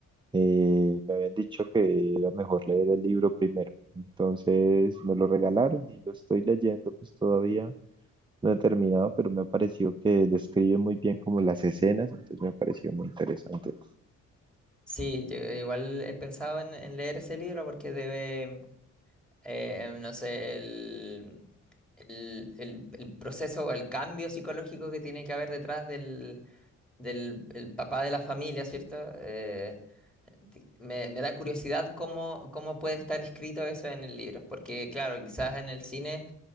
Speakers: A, on the right (about 15°); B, in the centre.
A: eh, me habían dicho que era mejor leer el libro primero. Entonces me lo regalaron y lo estoy leyendo, pues todavía no he terminado, pero me ha parecido que describe muy bien como las escenas, entonces me ha parecido muy interesante.
B: Sí, yo igual he pensado en, en leer ese libro porque debe... eh, no sé, el, el, el- el proceso o el cambio psicológico que tiene que haber detrás del, del el papá de la familia, ¿cierto? Eh, di- me, me da curiosidad cómo, cómo puede estar escrito eso en el libro, porque claro, quizás en el cine